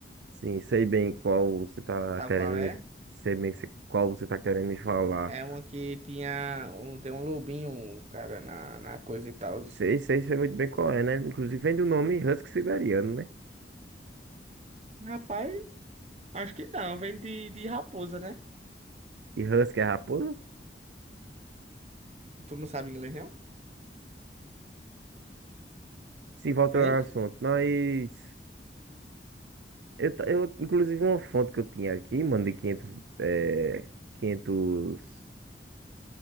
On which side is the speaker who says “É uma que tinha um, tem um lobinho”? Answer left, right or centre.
Right